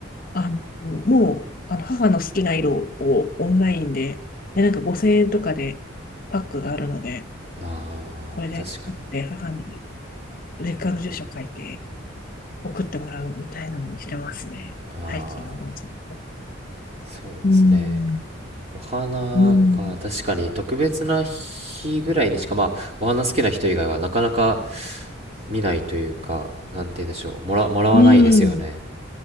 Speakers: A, on the left; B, on the right.
A: あの、もう、あの母の好きな色をオンラインで、で、なんか5000円とかでパックがあるので、
B: ああー確かに
A: これで、で母に実家の住所書いて、送ってもらうみたいなのにしてますね。
B: ああ
A: 最近はもうちょっと。
B: ーそうですね
A: うん。
B: お花か、
A: うん。
B: 確かに特別な日ぐらいにしか、まあ、お花好きな人以外はなかなか見ないというか、なんて言うんでしょう、もら、もらわないですよね。
A: うん。